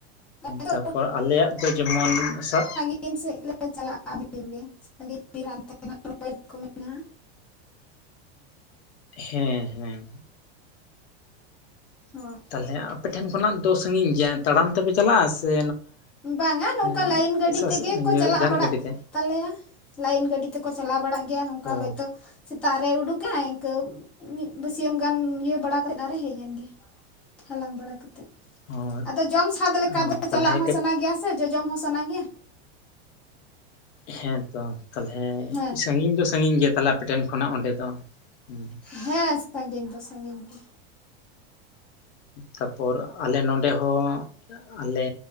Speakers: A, in the centre; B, on the left.
A: ᱟᱫᱚ
B: ᱛᱟᱯᱚᱨ ᱟᱞᱮᱭᱟᱜ ᱫᱚ ᱡᱮᱢᱚᱱ ᱥᱟᱵ
A: ᱜᱤᱱ ᱥᱮᱫ ᱞᱮ ᱪᱟᱞᱟᱜᱼᱟ ᱵᱤᱨ ᱜᱮ ᱥᱟᱺᱜᱤᱧ ᱵᱤᱨ ᱦᱟᱱᱛᱮ <inaudible> ᱠᱚ ᱢᱮᱱᱟ
B: ᱦᱮᱸ ᱦᱮᱸ,
A: <unintelligible>
B: ᱛᱟᱞᱦᱮ ᱟᱯᱮᱴᱷᱮᱱ ᱠᱷᱚᱱᱟᱜ ᱫᱚ ᱥᱟᱺᱜᱤᱧ ᱜᱮᱭᱟ ᱛᱟᱲᱟᱢ ᱛᱮᱯᱮ ᱪᱟᱞᱟᱜᱼᱟ ᱥᱮ
A: ᱵᱟᱝᱟ ᱱᱚᱝᱠᱟ
B: ᱦᱮᱸ
A: ᱞᱟᱭᱤᱱ ᱜᱟᱹᱰᱤ ᱛᱮᱜᱮ ᱠᱚ
B: ᱤᱭᱟᱹ
A: ᱪᱟᱞᱟᱜ
B: ᱡᱟᱦᱟᱱᱟᱜ
A: ᱵᱟᱲᱟᱜ
B: ᱜᱟᱹᱰᱤ ᱛᱮ
A: ᱛᱟᱞᱮᱭᱟ᱾ ᱞᱟᱭᱤᱱ ᱜᱟᱹᱰᱤ ᱛᱮᱠᱚ ᱪᱟᱞᱟᱣ ᱵᱟᱲᱟᱜ ᱜᱮᱭᱟ ᱾ ᱱᱚᱝᱠᱟ
B: ᱚ
A: ᱦᱚᱭᱛᱳ ᱥᱮᱛᱟᱜ ᱨᱮᱭ ᱩᱰᱩᱠᱟᱭ ᱤᱱᱠᱟᱹ, ᱢᱤᱫ ᱵᱟᱹᱥᱭᱟᱹᱢ ᱜᱟᱱ ᱤᱭᱟᱹ ᱵᱟᱲᱟ ᱠᱟ ᱠᱟᱛᱮᱫ ᱟᱨᱮ ᱦᱮᱡ ᱮᱱᱜᱮ᱾ ᱦᱟᱞᱟᱝ ᱵᱟᱲᱟ ᱠᱟᱛᱮ,
B: ᱦᱚᱸ
A: ᱟᱫᱚ ᱡᱚᱢ ᱥᱟᱫ ᱞᱮᱠᱟ
B: ᱚ ᱛᱟᱦᱚᱞᱮ
A: ᱪᱟᱞᱟᱜ ᱦᱚᱸᱼᱼ
B: ᱠᱟᱹᱡ
A: ᱜᱮᱭᱟ ᱥᱮ, ᱡᱚᱡᱚᱢ ᱦᱚᱸ ᱥᱟᱱᱟ ᱜᱮᱭᱟ᱾
B: ᱦᱮᱸ ᱛᱚ, ᱛᱟᱦᱚᱞᱮ
A: ᱦᱮᱸ
B: ᱥᱟᱺᱜᱤᱧ ᱫᱚ ᱥᱟᱺᱜᱤᱧ ᱜᱮᱭᱟ ᱛᱟᱦᱚᱞᱮ ᱟᱯᱮ ᱴᱷᱮᱱ ᱠᱷᱚᱱᱟᱜ ᱚᱸᱰᱮ ᱫᱚ? ᱦᱮᱸ
A: ᱦᱮᱸ ᱥᱟᱺᱜᱤᱧ ᱫᱚ, ᱥᱟᱺᱜᱤᱧ ᱜᱮ᱾
B: ᱛᱟᱨᱯᱚᱨ ᱟᱞᱮ ᱱᱚᱰᱮ ᱦᱚᱸ ᱟᱞᱮ